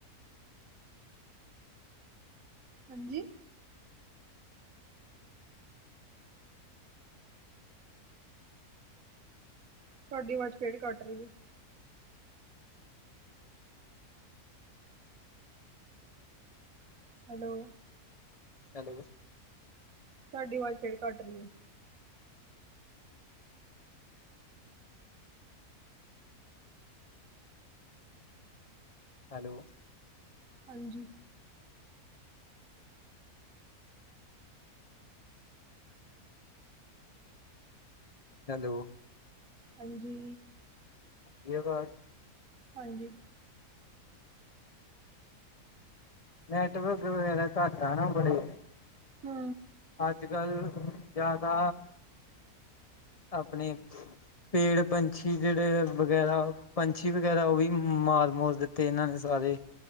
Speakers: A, on the right (about 60°); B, on the left (about 25°).
A: ਹਾਂਜੀ ਤੁਹਾਡੀ ਆਵਾਜ਼ ਫੇੜ ਕਟ ਰਹੀ ਹੈ ਹੈਲੋ,
B: ਹੈਲੋ
A: ਤੁਹਾਡੀ ਆਵਾਜ਼ ਫੇਰ ਕਟ ਰਹੀ ਹੈ,
B: ਹੈਲੋ।
A: ਹਾਂਜੀ।
B: ਹੈਲੋ।
A: ਹਾਂਜੀ।
B: <unintelligible>
A: ਹਾਂਜੀ।
B: ਨੈਟਵਰਕ ਵਗੈਰਾ ਘੱਟ ਆ ਨਾ ਬੜੇ।
A: ਹੂ
B: ਅੱਜਕਲ ਜਿਆਦਾ ਆਪਣੇ ਪੇੜ ਪੰਛੀ ਜਿਹੜੇ ਵਗੈਰਾ ਪੰਛੀ ਵਗੈਰਾ ਉਹ ਵੀ ਮਾਰ ਮੁਰ ਦਿੱਤੇ ਤੇ ਇਹਨਾਂ ਨੇ ਸਾਰੇ,